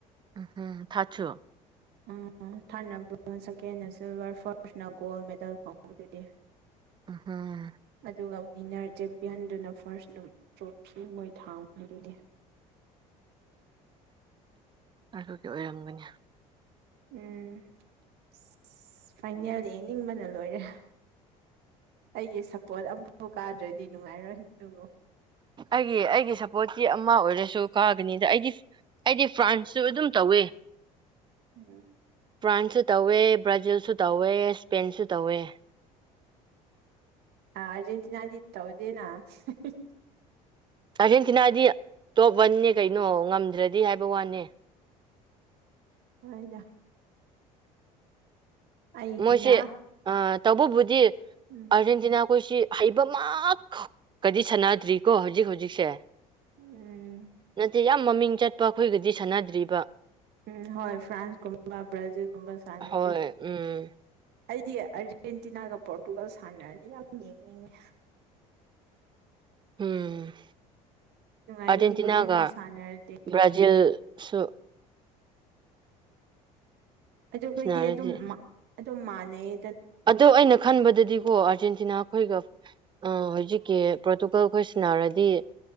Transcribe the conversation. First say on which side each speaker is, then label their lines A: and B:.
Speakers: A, on the right; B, on the right.
A: ꯎ ꯊꯥꯥ꯭ꯔꯠꯁꯨ
B: ꯑꯪ ꯊꯥ꯭ꯔꯠꯅ ꯕ꯭ꯔꯣꯟꯖ ꯁꯦꯀꯦꯟꯅ ꯁꯤꯜꯚꯔ ꯐꯥ꯭ꯔꯁꯅ ꯒꯣꯜ ꯃꯦꯗꯜ ꯐꯪꯕꯗꯨꯗꯤ
A: ꯑꯝꯍꯝ
B: ꯑꯗꯨꯒ ꯋꯤꯟꯅꯔ ꯆꯦꯝꯄꯤꯌꯟꯗꯨꯅ ꯐꯥꯔꯁ ꯑꯗꯨꯝ ꯇ꯭ꯔꯣꯐꯤ ꯃꯣꯏ ꯊꯥꯡꯕꯗꯨꯗꯤ
A: ꯑꯗꯨꯗꯤ ꯑꯣꯏꯔꯝꯒꯅꯤ
B: ꯎꯝ ꯑꯁ ꯐꯥꯏꯅꯦꯜ ꯌꯦꯡꯅꯤꯡꯕꯅ ꯂꯣꯏꯔꯦ ꯑꯩꯒꯤ ꯁꯞꯄꯣꯔꯠ ꯑꯃꯐꯥꯎ ꯀꯥꯗ꯭ꯔꯗꯤ ꯅꯨꯡꯉꯥꯏꯔꯣꯏ ꯑꯗꯨꯕꯨ
A: ꯑꯩꯒꯤ ꯑꯩꯒꯤ ꯁꯞꯄꯣꯔꯠꯇꯤ ꯑꯃ ꯑꯣꯏꯔꯁꯨ ꯀꯥꯒꯅꯤꯗ ꯑꯩꯗꯤ ꯑꯩꯗꯤ ꯐ꯭ꯔꯥꯟꯁꯁꯨ ꯑꯗꯨꯝ ꯇꯧꯑꯦ
B: ꯎꯝ
A: ꯐ꯭ꯔꯥꯟꯁꯁꯨ ꯇꯧꯋꯦ ꯕ꯭ꯔꯥꯖꯤꯜꯁꯨ ꯇꯧꯋꯦ ꯏꯁꯄꯦꯟꯁꯨ ꯇꯧꯋꯦ
B: ꯑ ꯑꯔꯖꯦꯟꯇꯤꯅꯥꯗꯤ ꯇꯧꯗꯦꯅꯥ ꯑꯍꯝ ꯍ
A: ꯑꯥꯔꯖꯦꯟꯇꯤꯅꯥꯗꯤ ꯇꯣꯞ ꯋꯥꯟꯅꯦ ꯀꯩꯅꯣ ꯉꯝꯗ꯭ꯔꯗꯤ ꯍꯥꯏꯕ ꯋꯥꯅꯦ
B: ꯍꯣꯏꯗ ꯑꯩꯅ
A: ꯃꯣꯏꯁꯦ ꯑꯥ ꯇꯧꯕꯕꯨꯗꯤ
B: ꯎꯝ
A: ꯑꯥꯔꯖꯦꯟꯇꯤꯅꯥꯈꯣꯏꯁꯤ ꯍꯩꯕꯃꯥꯛ ꯈꯛꯀꯗꯤ ꯁꯥꯟꯅꯗ꯭ꯔꯤꯀꯣ ꯍꯧꯖꯤꯛ ꯍꯧꯖꯤꯛꯁꯦ
B: ꯎꯝ
A: ꯅꯠꯇꯦ ꯌꯥꯝ ꯃꯃꯤꯡ ꯆꯠꯄ ꯈꯣꯏꯒꯗꯤ ꯁꯥꯟꯅꯗ꯭ꯔꯤꯕ
B: ꯎꯝ ꯍꯣꯏ ꯐ꯭ꯔꯥꯟꯁꯀꯨꯝꯕ ꯕ꯭ꯔꯥꯖꯤꯜꯒꯨꯝꯕ ꯁꯥꯟꯅꯗ꯭ꯔꯤ
A: ꯍꯣꯏ ꯎꯝ
B: ꯑꯩꯗꯤ ꯑꯥꯔꯖꯦꯟꯇꯤꯅꯥꯒ ꯄꯣꯔꯇꯨꯒꯜ ꯁꯥꯟꯅꯔꯗꯤ ꯌꯥꯝ ꯌꯦꯡꯅꯤꯡꯉꯤ
A: ꯎꯝ
B: ꯅꯨꯡꯉꯥꯏꯒꯅꯤꯀꯣ
A: ꯑꯔꯖꯦꯟꯇꯤꯅꯥꯒ
B: ꯑꯗꯨꯅꯤ ꯁꯥꯟꯅꯔꯗꯤ
A: ꯕ꯭ꯔꯥꯖꯤꯜ ꯁꯨ
B: ꯑꯗꯨꯈꯣꯏꯗꯤ
A: ꯁꯅꯔꯗꯤ
B: ꯑꯗꯨꯝ ꯃ ꯑꯗꯨꯝ ꯃꯥꯟꯅꯩ
A: ꯑꯗꯣ ꯑꯩꯅ ꯈꯟꯕꯗꯗꯤꯀꯣ ꯑꯥꯔꯖꯦꯟꯇꯤꯅꯥ ꯈꯣꯏꯒ ꯑꯥ ꯍꯧꯖꯤꯛꯀꯤ ꯄꯣꯔꯇꯨꯒꯜ ꯈꯣꯏ ꯁꯟꯅꯔꯗꯤ